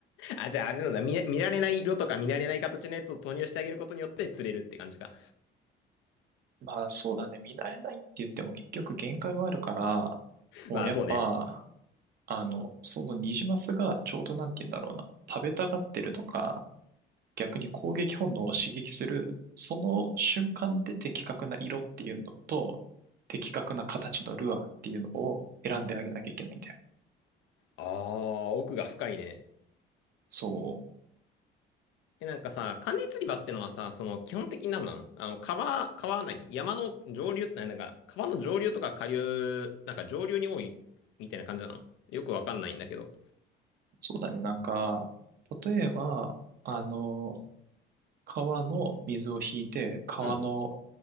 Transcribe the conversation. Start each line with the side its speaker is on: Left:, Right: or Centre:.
Left: あ、じゃああれなんだ、見れ、見られない色とか見られない形のやつを投入してあげることによって釣れるって感じか。
Right: まあそうだね、見慣れないって言っても結局限界はあるから、もうやっぱ、
Left: まあそうね。
Right: あの、そのニジマスがちょうどなんて言うんだろうな、食べたがってるとか、逆に攻撃本能を刺激する、その瞬間で的確な色っていうのと、的確な形のルアーっていうのを選んであげなきゃいけないんだよ。
Left: ああ、奥が深いね。
Right: そう、
Left: え、なんかさ、管理釣り場ってのはさ、その基本的に何なのあの、川、川は何山の上流、ななんか、川の上流とか下流、なんか上流に多いみたいな感じなのよくわかんないんだけど。
Right: そうだね。なんか、例えば、あの、川の水を引いて、川の、
Left: うん、